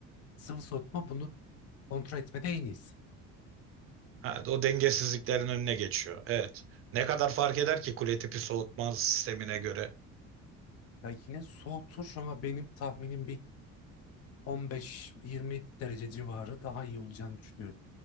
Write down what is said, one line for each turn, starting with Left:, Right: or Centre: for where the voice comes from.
Left: sıvı soğutma bunu kontrol etmede en iyisi.
Right: Ha, o dengesizliklerin önüne geçiyor. Evet. Ne kadar fark eder ki kule tipi soğutma sistemine göre?
Left: Ya yine soğutur ama benim tahminim bir 15-20 derece civarı daha iyi olacağını düşünüyorum.